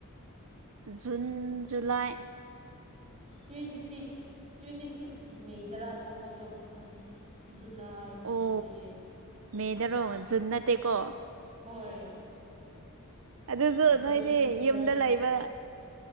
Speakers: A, on the right (about 65°); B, on the right (about 30°).
A: June July
B: twenty six twenty six ꯃꯦꯗꯔꯥ ꯊꯣꯛꯄꯗꯣ ꯎꯝ ꯖꯨꯂꯥꯏ ꯍꯧꯖꯤꯛꯇꯤ
A: ꯑꯣ ꯃꯦꯗꯔꯣ ꯖꯟ ꯅꯠꯇꯦꯀꯣ
B: ꯍꯣꯏ
A: ꯑꯗꯨꯁꯨ
B: ꯖꯨꯟ
A: ꯅꯣꯏꯗꯤ
B: ꯖꯨꯂꯥꯏ
A: ꯌꯨꯝꯗ ꯂꯩꯕ